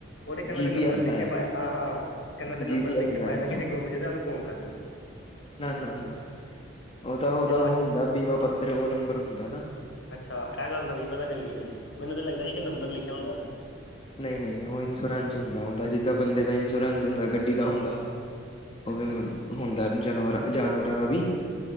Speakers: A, on the left (about 75°); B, on the left (about 30°).
A: ਉਹਦੇ ਕੰਨਾਂ
B: ਜੀ
A: ਤੇ ਨੰਬਰ
B: ਪੀ ਐਸ ਲਾਇਆ
A: ਲਿਖ ਕੇ ਪਾਏ ਹਾਂ-ਹਾਂ ਕੰਨਾ ਤੇ ਨੰਬਰ
B: ਜੀ ਪੀ
A: ਲਿਖ
B: ਐਸ
A: ਕੇ
B: ਲਾਇਆ
A: ਪਾਇਦਾ
B: ਨਾ
A: ਕਿ ਜੇ ਗੁੰਮ ਜੇ ਤਾਂ ਉਹਨੂੰ ਫੋਨ ਕਰ ਦੋ।
B: ਨਾ, ਨਾ, ਨਾ ਉਹ ਤਾਂ ਉਹਦਾ
A: ਤੇ
B: ਉਹ
A: ਮੱਝ
B: ਹੁੰਦਾ ਬੀਮਾ ਪੱਤਰ ਉਹ ਨੰਬਰ ਹੁੰਦਾ ਨਾ।
A: ਅੱਛਾ, ਇਹ ਗੱਲ ਨਵੀਂ ਪਤਾ ਚੱਲੀ ਐ, ਮੈਨੂੰ ਤਾਂ ਲੱਗਦਾ ਇੱਕ ਨੰਬਰ ਲਿਖਿਆ ਹੁੰਦਾ ਐ।
B: ਨਈ ਨਈ ਉਹ ਇੰਸ਼ੋਰੈਂਸ ਹੁੰਦਾ ਉਹਦਾ ਜਿੱਦਾਂ ਬੰਦੇ ਦਾ ਇੰਸ਼ੋਰੈਂਸ
A: ਅੱਛਾ-ਅੱਛਾ
B: ਹੁੰਦਾ ਗੱਡੀ ਦਾ ਹੁੰਦਾ, ਉਹ
A: ਅੱਛਾ-ਅੱਛਾ
B: ਵੀ ਹੁੰਦਾ ਜਾਨਵਰਾ, ਜਾਨਵਰਾਂ ਦਾ ਵੀ